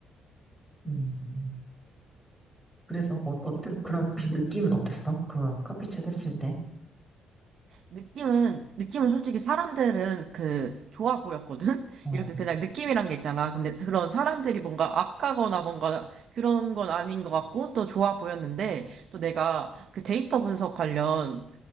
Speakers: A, in the centre; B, on the right.
A: 음. 그래서 어, 어떤 그런 <laughs> <clears throat> 느낌은 어땠어? 그 커피챗 했을 때?
B: 느낌은, 느낌은 솔직히 사람들은 그, 좋아 보였거든? <laughs>
A: 어.
B: 이렇게 그냥 느낌이란 게 있잖아. 근데 그런 사람들이 뭔가 악하거나 뭔가 그런 건 아닌 것 같고, 또 좋아 보였는데, 또 내가 그 데이터 분석 관련